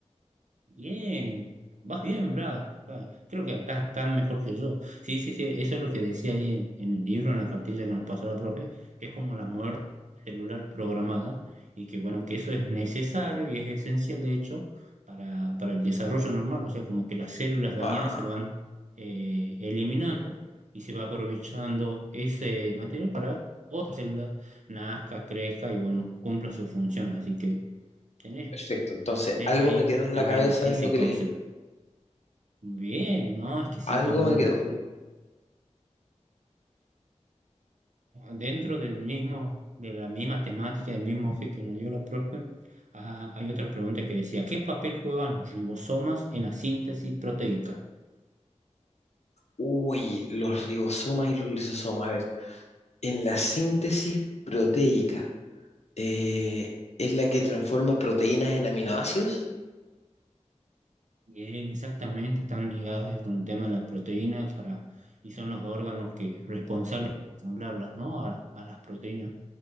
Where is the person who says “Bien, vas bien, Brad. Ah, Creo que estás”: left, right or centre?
Right